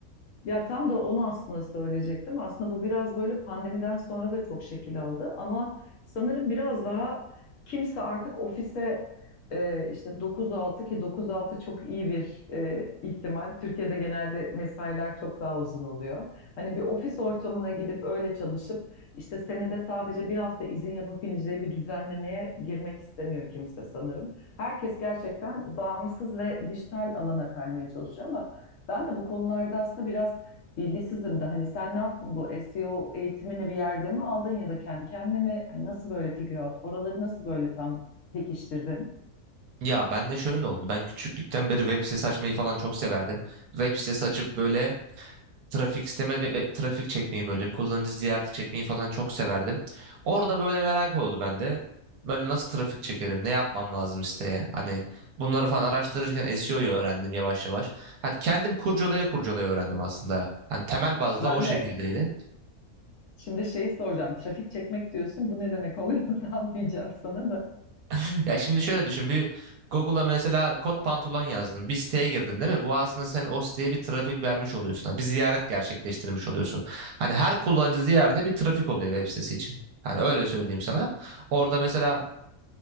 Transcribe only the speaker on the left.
Ya tam da onu aslında söyleyecektim. Aslında bu biraz böyle pandemiden sonra da çok şekil aldı ama sanırım biraz daha kimse artık ofise e, işte 9-6 ki 9-6 çok iyi bir e, ihtimal. Türkiye'de genelde mesailer çok daha uzun oluyor. Hani bir ofis ortamına gidip öyle çalışıp işte senede sadece bir hafta izin yapabileceği bir düzenlemeye girmek istemiyor kimse sanırım. Herkes gerçekten bağımsız ve dijital alana kaymaya çalışıyor ama ben de bu konularda aslında biraz bilgisizim de hani sen ne yaptın bu SEO eğitimini bir yerde mi aldın ya da kendi kendine mi hani nasıl böyle figure out oraları nasıl böyle tam pekiştirdin?
Ben
de şimdi şeyi soracağım. Trafik çekmek diyorsun. Bu ne demek oluyor <laughs> tam diyeceğim sana da.